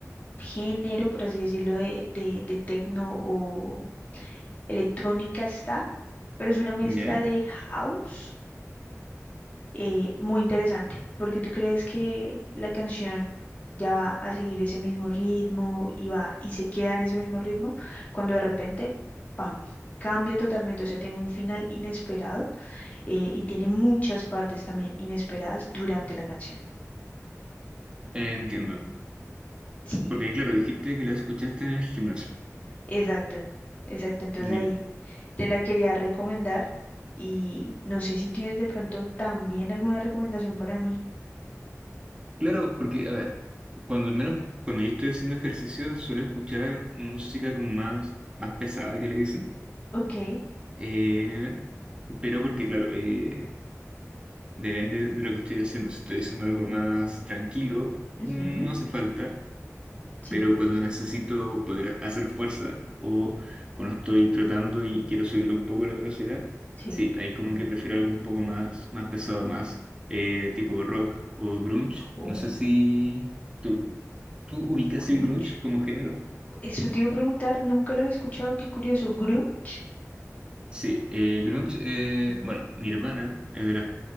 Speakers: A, on the left; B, on the right.
A: género, por así decirlo, de, de, de tecno o electrónica está, pero es una mezcla
B: Ya,
A: de house eh, muy interesante, porque tú crees que la canción ya va a seguir ese mismo ritmo y va y se queda en ese mismo ritmo, cuando de repente, ¡pam! cambia totalmente, o sea, tiene un final inesperado eh, y tiene muchas partes también inesperadas durante la canción.
B: entiendo.
A: Sí,
B: Porque, claro, dijiste que la escuchaste en el gimnasio.
A: exacto, exacto. Entonces
B: Ya.
A: ahí te la quería recomendar y no sé si tienes de pronto también alguna recomendación para mí.
B: Claro, porque, a ver, cuando al menos cuando yo estoy haciendo ejercicio suelo escuchar música como más, más pesada que le dicen.
A: Ok,
B: eh, pero porque, claro, eh, Depende de lo que estoy haciendo. Si estoy haciendo algo más tranquilo, no
A: ujú,
B: hace falta.
A: Sí,
B: Pero cuando necesito poder hacer fuerza o cuando estoy trotando y quiero subir un poco la velocidad,
A: sí.
B: sí, hay como que prefiero algo un poco más, más pesado, más eh, tipo rock o grunge.
A: Oh,
B: No sé si tú, tú ubicas
A: grunge.
B: el grunge como género.
A: Eso te iba a preguntar, nunca lo he escuchado, qué curioso. Grunge.
B: Sí, eh, grunge, eh,
A: Ujú.
B: bueno, Nirvana es de las